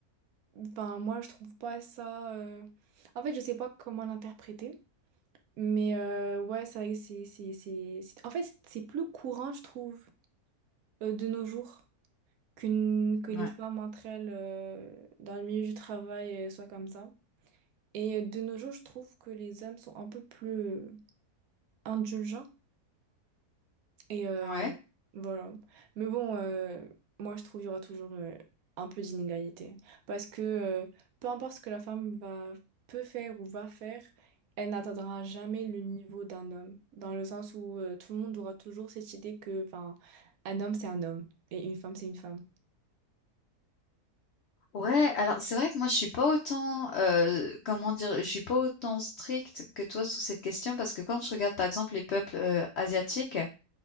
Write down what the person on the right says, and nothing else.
Enfin, moi, je trouve pas ça... euh, En fait, je sais pas comment l'interpréter. Mais euh, ouais, c'est vrai que c'est, c'est, c'est, c'est- En fait, c'est plus courant, je trouve, euh, de nos jours, qu'une, que
les femmes entre elles, euh, dans le milieu du travail, euh, soient comme ça. Et euh, de nos jours, je trouve que les hommes sont un peu plus euh, indulgents. Et euh,
voilà. Mais bon, euh, moi, je trouve qu'il y aura toujours euh, un peu d'inégalité. Parce que euh, peu importe ce que la femme va, peut faire ou va faire, elle n'atteindra jamais le niveau d'un homme. Dans le sens où euh, tout le monde aura toujours cette idée que, enfin, un homme, c'est un homme. Et une femme, c'est une femme.